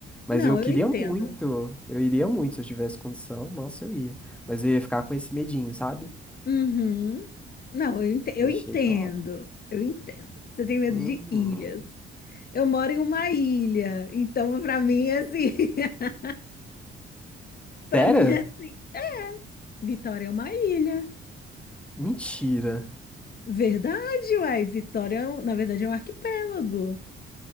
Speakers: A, in the centre; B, on the left.
A: Mas
B: Não,
A: eu queria
B: eu entendo.
A: muito, eu iria muito se eu tivesse condição, nossa, eu ia. Mas eu ia ficar com esse medinho, sabe?
B: Uhum. Não, eu ente- eu
A: Achei
B: entendo.
A: top.
B: Eu entendo. Você tem medo
A: Uhum.
B: de ilhas. Eu moro em uma ilha, então pra mim é assim. <laughs> Pra
A: Sério?
B: mim é assim. Vitória é uma ilha.
A: Mentira.
B: Verdade, uai. Vitória, é um- na verdade, é um arquipélago.